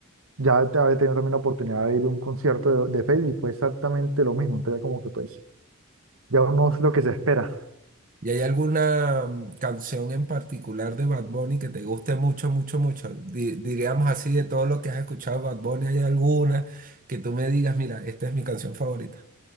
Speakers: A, on the right; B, on the right.
A: ya te había tenido también la oportunidad de ir a un concierto de, de Feid y fue exactamente lo mismo. Entonces ya como que pues ya uno es lo que se espera.
B: ¿Y hay alguna mm, canción en particular de Bad Bunny que te guste mucho, mucho, mucho? Di- diríamos así, de todo lo que has escuchado de Bad Bunny, ¿hay alguna que tú me digas, mira, esta es mi canción favorita?